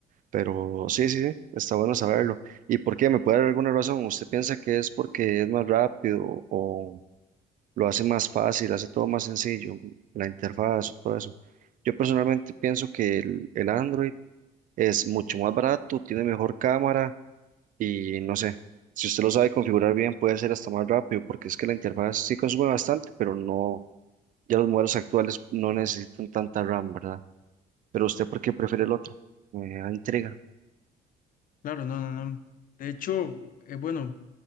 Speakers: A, on the right (about 50°); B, on the left (about 55°).
A: Pero sí, sí, sí, está bueno saberlo. ¿Y por qué? ¿Me puede dar alguna razón? ¿Usted piensa que es porque es más rápido o...? lo hace más fácil, hace todo más sencillo, la interfaz, todo eso. Yo personalmente pienso que el, el Android es mucho más barato, tiene mejor cámara y no sé, si usted lo sabe configurar bien puede ser hasta más rápido, porque es que la interfaz sí consume bastante, pero no, ya los modelos actuales no necesitan tanta RAM, ¿verdad? Pero usted, ¿por qué prefiere el otro? Me da intriga.
B: Claro, no, no, no. De hecho, eh, bueno,